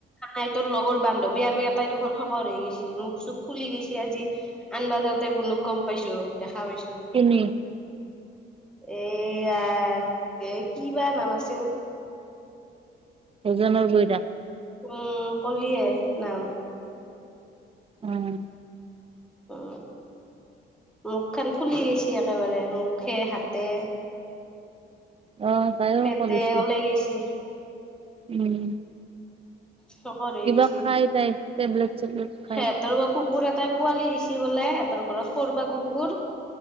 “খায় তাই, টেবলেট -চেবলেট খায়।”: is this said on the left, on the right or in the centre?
Right